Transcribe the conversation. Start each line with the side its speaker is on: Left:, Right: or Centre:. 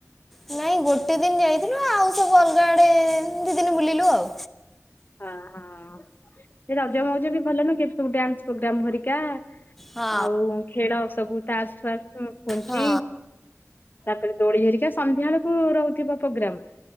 Centre: ନାଇଁ ଗୋଟେ ଦିନ ଯାଇଥିଲୁ ଆଉ ସବୁ ଅଲଗା ଆଡେ ଦି ଦିନ ବୁଲିଲୁ ଆଉ।
Left: ହିଁ ହଁ ରଜ ମଉଜ ବି ଭଲନୁହେଁ କି ଏଠି ସବୁ ଡ୍ୟାନ୍ସ ପ୍ରୋଗ୍ରାମ୍ ହରିକା।
Centre: ହଁ
Left: ଆଉ ଖେଳ ସବୁ ତା ଆସ ଫାସ ପୁଞ୍ଚି।
Centre: ହଁ
Left: ତାପରେ ଦୋଳି ହରିକା ସନ୍ଧ୍ୟା ବେଳକୁ ରହୁଥିବା ପ୍ରୋଗ୍ରାମ୍